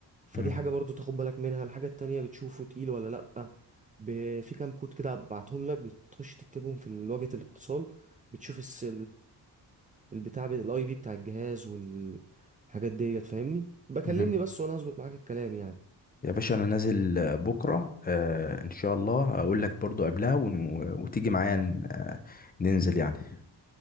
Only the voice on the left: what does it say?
مم.
مم.
يا باشا انا نازل آه، بكرة آه ان شاء الله اقول لك برضو قبلها ون... وتيجي معايا ن- آه، ننزل يعني